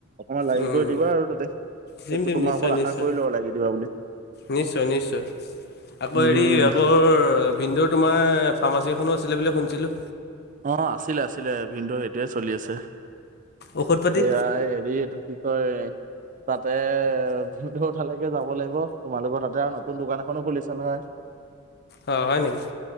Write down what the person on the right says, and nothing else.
অকমান লাগি
কৰি দিবা আৰু তাতে
সেইটো
তোমাৰ
ওপৰত
আশা কৰিলোঁ লাগি দিবা বুলি।
উম
অ আছিলে আছিলে ভিনদোৰ সেইটোৱে চলি আছে।
এয়াই হেৰি এইটো কি কয় তাতে ভিনদ <unintelligible> লৈকে যাব লাগিব তোমালোকৰ তাতে আৰু নতুন দোকান এখনো খুলিছে নহয়। <inaudible>